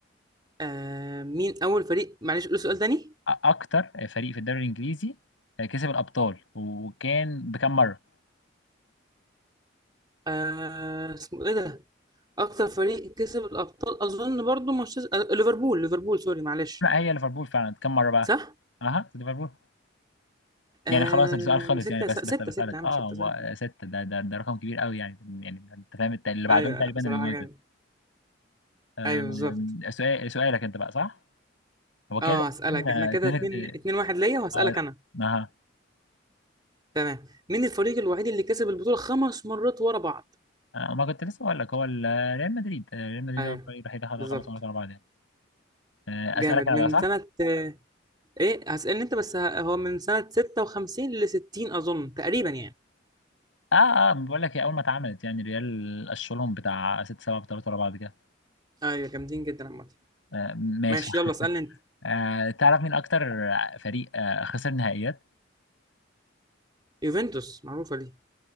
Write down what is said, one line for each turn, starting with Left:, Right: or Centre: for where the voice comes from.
Right: آه مين اول فريق معلش قول سؤال تاني
Left: اكتر فريق في الدوري الانجليزي آه، كسب الابطال وكان بكم مره
Right: آه اسمه ايه ده اكتر فريق كسب الابطال اظن برضو مانشستر آه، ليفربول ليفربول سوري معلش
Left: ما هي ليفربول فعلا كم مره بقى
Right: صح
Left: اها ليفربول يعني
Right: آه
Left: خلاص السؤال خلص
Right: ستة
Left: يعني بس
Right: ستة
Left: بس بسألك
Right: ستة يا عم
Left: اه
Right: ستة
Left: هو
Right: سهل
Left: ستة ده ده ده رقم كبير قوي يعني يعني انت فاهم الت- اللي بعدهم
Right: ايوه
Left: تقريبا
Right: بصراحة
Left: اليونايتد
Right: جامد
Left: آم،
Right: ايوه بالظبط
Left: سؤال سؤالك انت بقى صح؟ هو كده
Right: اه هسألك
Left: كان آه،
Right: احنا كده
Left: اتنين
Right: اتنين اتنين واحد ليا وهسألك
Left: اه
Right: انا
Left: آه،
Right: تمام مين الفريق الوحيد اللي كسب البطولة خمس مرات ورا بعض
Left: آه، ما كنت لسه بقول لك هو ال- ريال مدريد آه، ريال مدريد
Right: ايوه
Left: هو الفريق الوحيد اللي خدها
Right: بالظبط
Left: خمس مرات ورا بعض يعني آه،
Right: جامد
Left: اسألك
Right: من
Left: انا بقى صح؟
Right: سنة آه، ايه هسألني انت بس ه- هو من سنة 56 ل 60 اظن تقريبا يعني
Left: اه اه بقول لك هي اول ما اتعملت يعني ريال قشلهم بتاع ست سبع بطولات ورا بعض كده
Right: ايوه جامدين جدا عامة
Left: آه ماشي
Right: ماشي يلا اسألني انت
Left: آه تعرف مين اكتر فريق آه خسر نهائيات
Right: يوفنتوس معروفة ليه